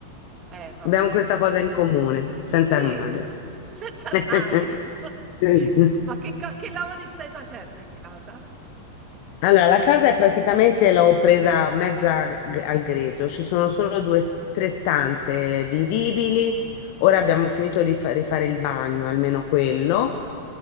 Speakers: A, on the right (about 25°); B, on the left (about 45°).
A: Eh, vabbè.
B: Abbiamo questa cosa in comune, senza
A: Sì,
B: armadio.
A: senza
B: <laughs>
A: armadio. <laughs> Ma che, ca- che lavori stai facendo in casa?
B: Allora, la casa è praticamente l'ho presa mezza g- al grezzo, ci sono solo due, s- tre stanze vivibili. Ora abbiamo finito di fa- rifare il bagno, almeno quello,